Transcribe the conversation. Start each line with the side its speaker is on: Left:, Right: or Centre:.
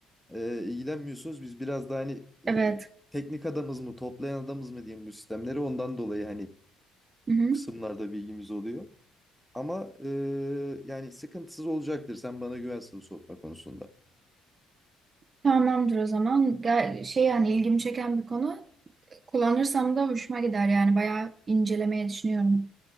Centre: e, ilgilenmiyorsunuz. Biz biraz daha hani e,
Right: Evet.
Centre: teknik adamız mı, toplayan adamız mı diyeyim bu sistemleri. Ondan dolayı hani bu
Right: Hı hı.
Centre: kısımlarda bilgimiz oluyor. Ama e, yani sıkıntısız olacaktır. Sen bana güvensin bu sohbet konusunda.
Right: Tamamdır o zaman. Ger- Şey yani ilgimi çeken bir konu. Kullanırsam da hoşuma gider yani bayağı incelemeye düşünüyorum.